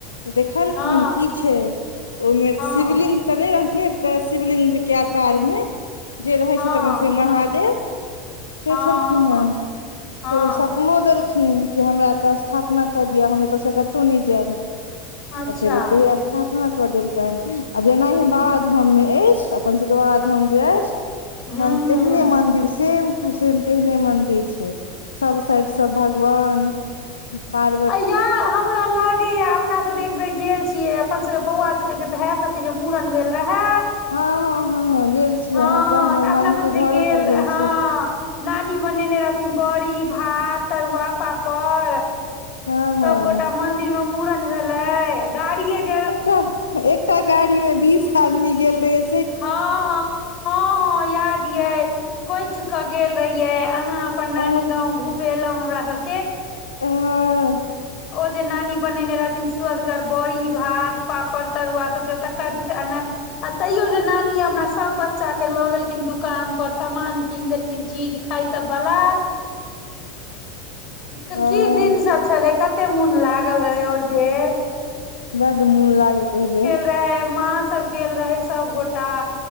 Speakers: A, on the left; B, on the left.
A: तऽ देखलखिन
B: हँ
A: की छै ओहिमे
B: हँ
A: शिवलिंग
B: हँ
A: तऽ नहि रह शिवलिंग के आकार मे जे रहै
B: हँ
A: छथि अपन सबके महादेव से
B: हँ
A: छलखिन हे
B: हँ
A: फेरो सपनो देलखिन कि हमरा एतऽ स्थापना कऽ दिअ हम एतय से कतहूँ नहि जायब
B: अच्छा
A: तऽ फेर ओत हे सपना कऽ देलकनि आ जेनाहि
B: हूँ
A: बाबाधाम मे अछि अपन सभके बाबाधाम जे अछि
B: हूँ
A: हन तेहने मंदिर सेम टू सेम तेहने मंदिर छै सब साइड सब भग वान। <inaudible> पार
B: इएह हमरा लागैय। अपना सब एक बेेर गेल छीयै अपन सबके बौआ सब के जे भाय सबके जे मुड़न भेल रहै
A: हँ हँ हँ हँ गेल छी
B: हँ
A: अहाँ सब हमर
B: तऽ
A: नानी
B: अपना
A: के
B: सब
A: घरो
B: जे गेल
A: पर छी
B: हँ नानी बनेने रह सिमवरी भात तरुआ पापड़
A: हँ
B: सभगोटा
A: हँ
B: मंदिर मे मुड़न भेलय गाड़िये जे
A: क तऽ एकटा गाड़ी मे बीस आदमी गेल रहियै
B: हँ हँ हँ हँ याद यै कोइच कऽ गेल रहियै अहाँ अपन
A: अ
B: नानी गाँव घुमेलौं हमरा सब
A: <unintelligible>
B: ओ जे नानी बनेने रहथिन सूदगर बोड़ी भात पापड़ तरुआ सब तकर किछ एना आ तैयो जे नानी हमरा सभ बच्चा के लऽ गेलखिन दुकान पर समान कीन देलखिन चीज खाय सब बला तऽ
A: ह
B: की दिन सब छलै कत एते मोन लागल रहै ओहिबेर
A: बएड मुन लागे पहिले
B: रहै माँ सब गेल रहै सबगोटा